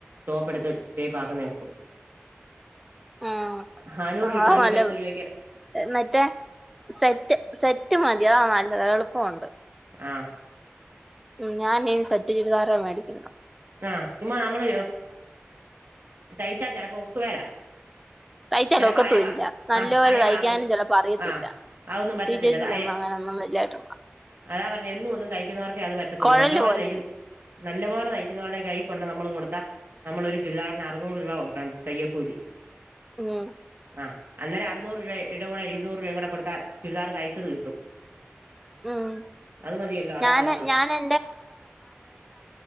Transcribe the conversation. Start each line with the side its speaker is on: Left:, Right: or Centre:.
Right: ടോപ്പ് എടുത്ത് ഷേപ്പ് ആക്ക്ന്നേ ഒള്ളൂ
Centre: ഉം
Right: നാനൂറ്
Centre: ആഹ്
Right: നാനൂറ്റാഅമ്പത്
Centre: നല്ല
Right: രൂപക്ക്
Centre: മറ്റേ സെറ്റ് സെറ്റ് മതി അതാ നല്ല എള്പ്പോണ്ട്
Right: ആാ
Centre: ഉം <unintelligible> സെറ്റ് ചുരിദാറാ മേടിക്ക്ന്നോ
Right: ആാ ചുമ്മാ നമ്മള് തെയ്ച്ചാ ചെലപ്പോ ഒക്ക് വേലാ
Centre: തയ്ച്ചാൽ
Right: ചെലപ്പോ
Centre: ഒക്കത്തുല്ല
Right: അയവ
Centre: നല്ലപോലെ
Right: ആാ അയവാകം
Centre: തയ്ക്കാനും ചിലപ്പോ അറിയത്തില്ല
Right: ആാ ആതോന്നും പറ്റത്തില്ലാ
Centre: ശ്രീ ചേച്ചിക്കൊന്നും
Right: അയാ
Centre: അങ്ങനൊന്നും വലുതായിട്ട്
Right: അതാ പറ എന്നോന്നും തെയ്യക്ക്ന്നാവർക്കേ അത് പറ്റാത്തോള്ളൂ
Centre: കുഴല്
Right: നല്ലാപോലെ
Centre: പോലിരിക്കും
Right: തെയ്യക്കുന്നിവർക്കോ നല്ല പോലെ തെയ്യ് നല്ലാ പോലെ തെയ് ന്നാടെ കൈ കൊണ്ട് നമ്മള് കൊട്ത്താ നമ്മള് ഒര് ചുരിദാറിന് ആറ്നൂറ് രൂപ കൊടുക്കണം തെയ്യാക്കൂലി
Centre: ഉം
Right: ആാ അന്നോരം ആറ്ന്നൂറ് രൂപ ഇടെ കൂടെ ഇരുന്നൂറ് രൂടോയും കൂടെ കൊടുത്താ ചുരിദാർ തെയ്യാച്ചത് കിട്ടും
Centre: ഉം
Right: അത് മതിയല്ലോ അതാ
Centre: ഞാന്
Right: നല്ലത്
Centre: ഞാന്